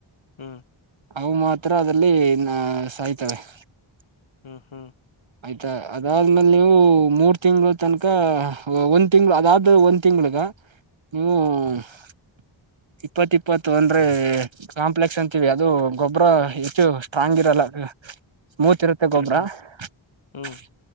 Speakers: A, on the left; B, on the right.
A: ಹ್ಮ್
B: ಅವು ಮಾತ್ರ ಅದಲ್ಲಿ ನ ಸಾಯ್ತವೆ <unintelligible>
A: ಹ್ಮ್ ಹ್ಮ್ <unintelligible>
B: ಆಯ್ತಾ ಅದಾದ್ಮೇಲೆ ನೀವು ಮೂರ್ ತಿಂಗಳು ತನಕ ಒ <unintelligible> ತಿಂಗಳು ಅದಾದ ಒಂದ್ ತಿಂಗಳಗ ನೀವು <unintelligible> ಇಪ್ಪತ್ ಇಪ್ಪತ್ತು ಅಂದ್ರೆ ಕಾಂಪ್ಲೆಕ್ಸ್ ಅಂತೀವಿ ಅದು ಗೊಬರ ಹೆಚ್ಚು ಸ್ಟ್ರಾಂಗ್ ಇರಲ್ಲ <unintelligible> ಮೂಚಿರುತ್ತೆ
A: ಹ್ಮ್
B: ಗೊಬ್ರ
A: ಹ್ಮ್ ಹ್ಮ್
B: <unintelligible>
A: ಹ್ಮ್